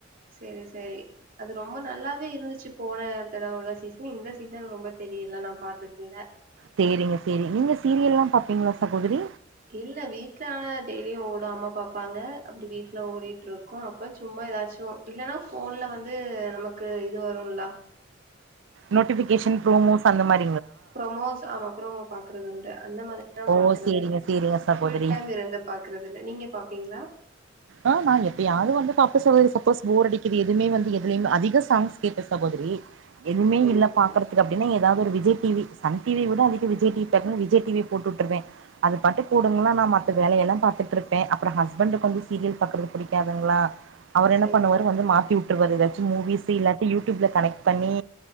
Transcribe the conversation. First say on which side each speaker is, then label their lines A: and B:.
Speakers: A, on the right (about 50°); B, on the right (about 70°).
A: செரி ச செரி அது ரொம்ப நல்லாவே இருந்துச்சி போன தடவ உள்ள சீசன் இந்த சீசன் ரொம்ப தெரியல நா பாத்ததில்ல
B: சேரிங்க சேரிங்க நீங்க சீரியல்லா பாப்பீங்களா சகோதரி
A: இல்ல வீட்ல ஆனா டெய்லியு ஓடு அம்மா பாப்பாங்க அப்டி வீட்ல ஓடிட்டு இருக்கோ அப்ப சும்மா ஏதாச்சு இல்லன்னா ஃபோன்ல வந்து நமக்கு இது வருல்ல
B: நோட்டிஃபிக்கேஷன் ப்ரோமோஸ் அந்த மாரி
A: ப்ரமோஸ் ஆமா ப்ரமோ பாக் க்கரதுண்டு அந்த மாரி தா
B: ஓ
A: பாக்றது
B: சேரிங்க சேரிங்க சகோதரி
A: ஃபுல் டைம் இருந்து பாக்றது இல்ல நீங்க பாப்பீங்களா
B: ஆ நா எப்பயாது வந்து பாப்பே சகோதரி சப்போஸ் போர் அடிக்குது எதுமே வந்து எதுலுமே அதிக சாங்ஸ் கேப்ப சகோதரி எதுமே
A: சேரி
B: இல்ல
A: சேரி
B: பாக்கறதுக்கு அப்டின்னா ஏ ஏதாவ்து ஒரு விஜய் டீவி சன் டீவிய விட அதிக விஜய் டீவிய பாக்கனோனு விஜய் டீவிய போட் உட்றுவ அது பாட்டுக்கு ஓடுங்களா நா மத்த வேலையெல்லா பாத்துட்ருப்பே அப்றோ ஹஸ்பண்டுக்கு வந்து சீரியல் பாக்றது புடிக்காதுங்களா அவர் என்ன
A: சேரி
B: பண்ணுவாரு
A: சேரி
B: வந்து மாத்தி உட்டுருவாரு ஏதாச்சு மூவிஸ் இல்லாட்டி யூடியூப்ல கனெக்ட் பண்ணி